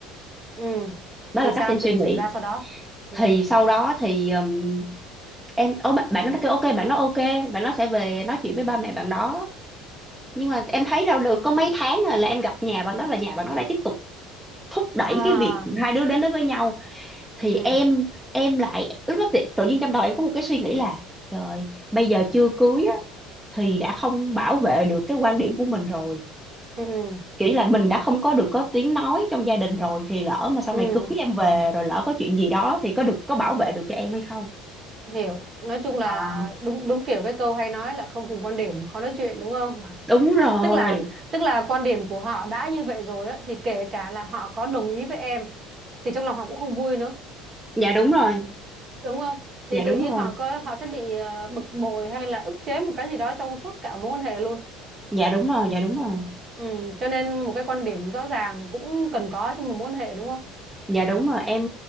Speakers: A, on the right; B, in the centre.
A: ừ
B: đó là
A: thì sao
B: cách em suy
A: chuyện gì
B: nghĩ
A: xảy ra sau đó ừ
B: thì sau đó thì um, em ô bạn, bạn nó kêu ok bạn nó ok bạn nó sẽ về nói chuyện với ba mẹ bạn đó nhưng mà em thấy đâu được có mấy tháng rồi là em gặp nhà bạn đó là nhà bạn đó lại tiếp tục thúc đẩy
A: à
B: cái việc hai đứa đến đó với nhau thì
A: ừ
B: em em lại lúc đó tự, tự nhiên trong đầu em có một cái suy nghĩ là trời bây giờ chưa cưới á, thì đã không bảo vệ được cái quan điểm của mình rồi
A: ừ
B: kiểu như là mình đã không có được có tiếng nói trong gia đình rồi thì lỡ mà sau
A: ừ
B: này cưới em về rồi lỡ có chuyện gì đó thì có được có bảo vệ được cho em hay không
A: hiểu nói chung là
B: à,
A: đúng đúng kiểu cái câu hay nói là không cùng quan điểm khó nói chuyện đúng không <laughs>
B: đúng rồi
A: tức là tức là quan điểm của họ đã như vậy rồi á thì kể cả là họ có đồng ý với em thì trong lòng họ cũng không vui nữa
B: dạ đúng rồi
A: đúng không thì
B: dạ
A: tự
B: đúng
A: nhiên
B: rồi
A: họ có họ sẽ bị ờ, bực bội hay là ức chế một cái gì đó trong suốt cả mối quan hệ luôn
B: dạ đúng rồi dạ đúng rồi
A: Ừ, cho nên một cái quan điểm rõ ràng cũng cần có trong một mối quan hệ đúng không?
B: dạ đúng rồi em